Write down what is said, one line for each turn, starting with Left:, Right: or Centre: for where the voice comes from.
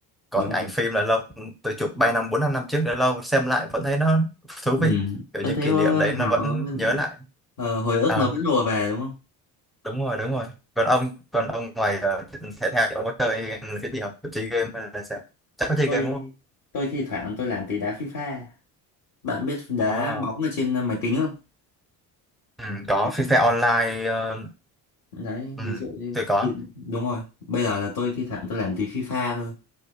Centre: còn
Left: đúng
Centre: ảnh
Left: rồi
Centre: phim là lâu tôi chụp 3 năm 4 5 năm trước đã lâu xem lại vẫn thấy nó thú
Left: ừ
Centre: vị kiểu
Left: vẫn
Centre: những
Left: thấy
Centre: kỷ
Left: ờ,
Centre: niệm đấy
Left: hào
Centre: nó vẫn
Left: ờ, vẫn-
Centre: nhớ lại
Left: ờ, hồi ức
Centre: à,
Left: nó vẫn lùa về đúng không
Centre: đúng rồi đúng rồi còn ông còn ông ngoài ờ, thể thao thì ông có chơi cái gì không chơi game hay là sao chắc có chơi
Left: tôi
Centre: game đúng không
Left: tôi thi thoảng tôi làm tí đá FIFA bạn biết đá
Centre: Ồ.
Left: bóng ở trên máy tính không
Centre: Ừ, có
Left: đấy,
Centre: FIFA Online ờ,
Left: đấy
Centre: ừ,
Left: ví dụ như
Centre: tôi có
Left: khi- đúng rồi bây giờ là tôi thi thoảng tôi làm tí FIFA thôi